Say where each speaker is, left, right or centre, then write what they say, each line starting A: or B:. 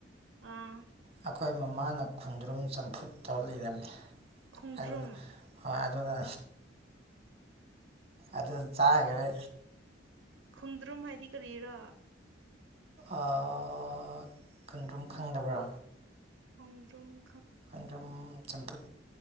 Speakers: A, on the right; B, on the right.
A: ꯎꯝ
B: ꯑꯩꯈꯣꯏ ꯃꯃꯥꯅ ꯈꯨꯟꯗ꯭ꯔꯨꯝ ꯆꯝꯐꯨꯠꯇꯧ ꯂꯩꯔꯝꯃꯤ
A: ꯈꯣꯡꯗ꯭ꯔꯨꯝ
B: ꯑꯗꯨꯅ ꯍꯣꯏ ꯑꯗꯨꯗ ꯑꯗꯨ ꯆꯥꯒꯔꯦ
A: ꯈꯣꯡꯗ꯭ꯔꯨꯝ ꯍꯥꯏꯗꯤ ꯀꯔꯤꯔꯣ
B: ꯑꯥ ꯈꫭꯡꯗꯔꯨꯝ ꯈꯪꯗꯕ꯭ꯔꯥ
A: ꯍꯣꯡꯗꯔꯨꯝ
B: ꯈꯨꯟꯗꯔꯨꯝ ꯆꯝꯐꯨꯠ